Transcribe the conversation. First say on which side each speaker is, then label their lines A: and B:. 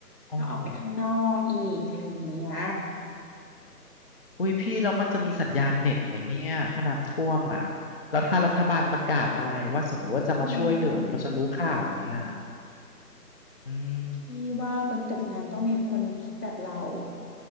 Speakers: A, on the left; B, on the left.
A: โอ้โห
B: ต้องออกไปข้างนอกอีกอะไรอย่างเงี้ย
A: อุ้ยพี่แล้วมันจะมีสัญญาณเน็ตไหมเนี่ยถ้าน้ำท่วมอ่ะแล้วถ้ารัฐบาลประกาศอะไรว่าสมมติว่าจะมาช่วยเหลือเราจะรู้ข่าวไหมอ่ะ
B: อืม
A: อืม
B: พี่ว่าบนตึกนั้นต้องมีคนคิดแบบเรา